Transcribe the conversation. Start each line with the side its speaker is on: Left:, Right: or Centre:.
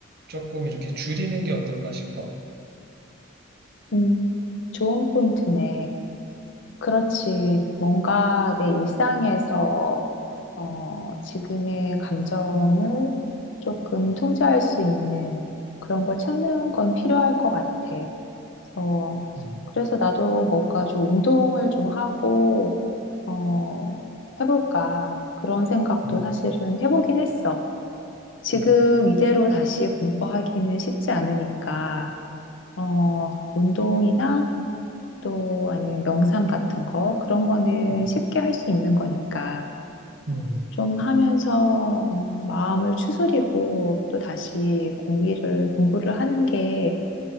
Right: 조금 이렇게 줄이는 게 어떨까 싶어.
Left: 음, 좋은 포인트네. 그렇지. 뭔가 내 일상에서, 어, 지금의 감정을 조금 통제할 수 있는 그런 걸 찾는 건 필요할 것 같아. 그래서,
Right: 음,
Left: 그래서 나도 뭔가 좀 운동을 좀 하고, 어, 해볼까. 그런 생각도
Right: 음,
Left: 사실은 해보긴 했어. 지금
Right: 음,
Left: 이대로 다시 공부하기는 쉽지 않으니까, 어, 운동이나 또 아니면 명상 같은 거 그런 거는
Right: 음,
Left: 쉽게 할 수 있는 거니까
Right: 음.
Left: 좀 하면서 음, 마음을 추스리고 또 다시 공부를 공부를 하는 게